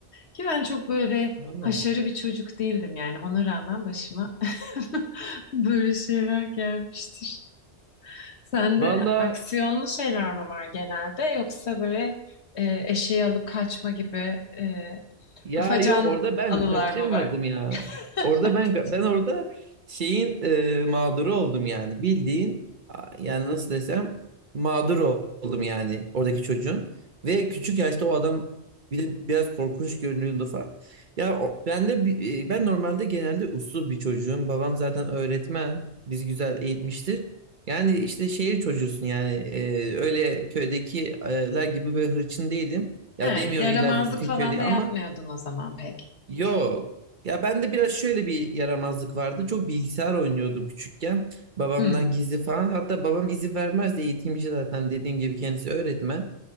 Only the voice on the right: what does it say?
Valla.
Valla
Ya
yok orada ben
kaçırmadım
ya. Orada
ben ben orada şeyin e, mağduru oldum yani. Bildiğin a- yani nasıl desem mağdur ol- oldum yani oradaki çocuğun. Ve küçük yaşta o adam bir de biraz korkunç görünüyordu falan. Ya o- ben de bi- e, ben normalde genelde uslu bir çocuğum. Babam zaten öğretmen. Bizi güzel eğitmiştir. Yani işte şehir çocuğusun yani e, öyle köydekiler gibi böyle hırçın değilim. Ya
demiyorum
illa bütün
köyde
ama
Yok. Ya bende biraz şöyle bir yaramazlık vardı. Çok bilgisayar oynuyordum küçükken. Babamdan
gizli falan. Hatta babam izin vermezdi. Eğitimci zaten dediğim gibi kendisi öğretmen.